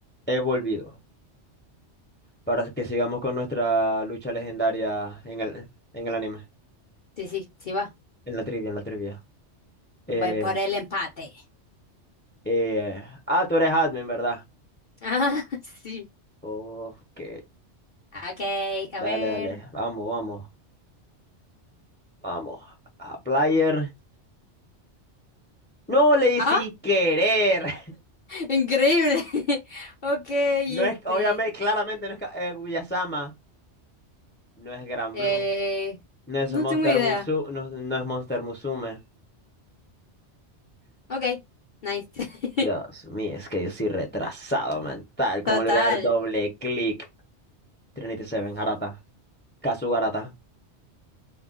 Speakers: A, on the left (about 15°); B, on the left (about 50°).
A: He volvido para que sigamos con nuestra lucha legendaria en el, en el anime,
B: Sí, sí, sí va.
A: en la trivia, en la trivia. Eh,
B: Voy por el empate. <laughs>
A: eh, ah, tú eres admin, ¿verdad?
B: Ah, sí.
A: Ok.
B: Ok, a
A: Dale,
B: ver.
A: dale. Vamos, vamos, vamos. A player. No leí
B: ¡Ah!
A: sin querer. <laughs>
B: Increíble. <laughs> Ok, este.
A: No es, obviamente, claramente no es Ka- eh, Guyasama. No es Gran
B: Eh,
A: Blue. No es
B: no
A: Monster
B: tengo idea.
A: Musu, no, no es Monster Musume.
B: Ok, nice. <laughs>
A: Dios mío, es que yo soy retrasado mental. ¿Cómo
B: Total.
A: le voy a dar doble clic? Trinity Seven, Harata. Kasugarata.